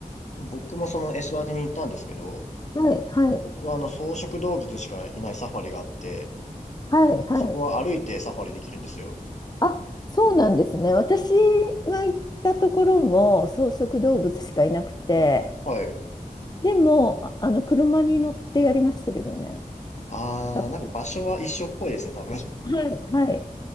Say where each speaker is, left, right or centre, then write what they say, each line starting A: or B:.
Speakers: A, on the left; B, on the left.
A: 僕もそのエスワティニ行ったんですけど、
B: はい、はい、
A: 僕はあの草食動物しかいないサファリがあって、
B: はい、はい。
A: そこは歩いてサファリできるんですよ。
B: あ、そうなんですね。私が行ったところも草食動物しかいなくて、
A: はい。
B: でも、ああの、車に乗ってやりましたけどね。
A: あー、
B: サファリ
A: なんか場所は一緒っぽいですね、多分。<laughs>
B: はい、はい。